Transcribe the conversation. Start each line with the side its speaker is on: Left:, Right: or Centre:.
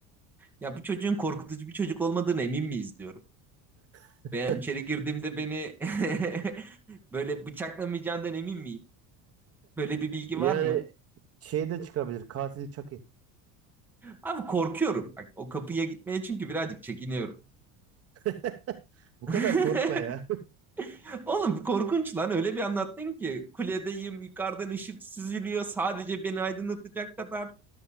Centre: Ya bu çocuğun korkutucu bir çocuk olmadığına emin miyiz diyorum.
Right: <laughs>
Centre: Ben içeri girdiğimde beni <laughs> böyle bıçaklamayacağından emin miyim? Böyle bir bilgi
Right: Yani
Centre: var mı?
Right: şey de çıkabilir. Katil Chucky.
Centre: Abi korkuyorum. Bak, o kapıya gitmeye çünkü birazcık çekiniyorum.
Right: <laughs> Bu
Centre: <laughs>
Right: kadar korkma ya.
Centre: Oğlum korkunç lan öyle bir anlattın ki kuledeyim yukarıdan ışık süzülüyor sadece beni aydınlatacak kadar